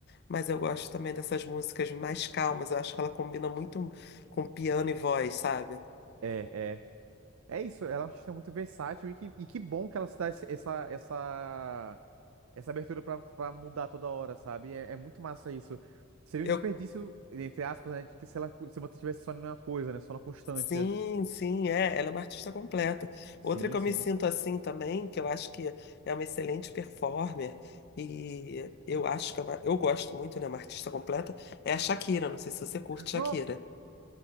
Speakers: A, on the left; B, on the right.
A: mas eu gosto também dessas músicas mais calmas. Eu acho que ela combina muito com piano e voz, sabe?
B: É, é. É isso, ela é uma artista muito versátil e que, e que bom que ela se dá esse- essa, essa, essa abertura pra, pra mudar toda hora, sabe? É, é muito massa isso. Seria
A: Eu
B: um desperdício, entre aspas, né? De que se ela se mantivesse só numa coisa, né? Só na constância.
A: Sim, sim, é. Ela é uma artista completa.
B: Sim,
A: Outra que eu
B: sim.
A: me sinto assim também, que eu acho que é uma excelente performer, e eu acho que é uma, eu gosto muito, né? Uma artista completa, é a Shakira. Não sei se você curte Shakira.
B: Não,